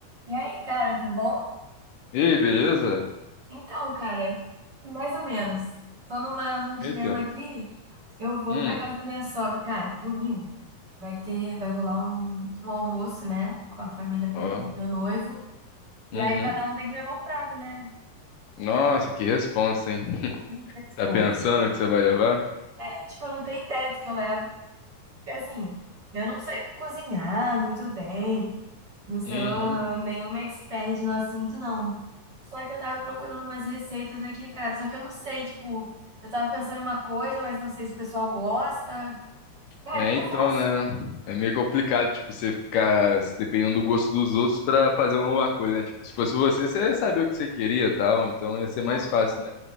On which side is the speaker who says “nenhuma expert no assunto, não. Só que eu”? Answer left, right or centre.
Right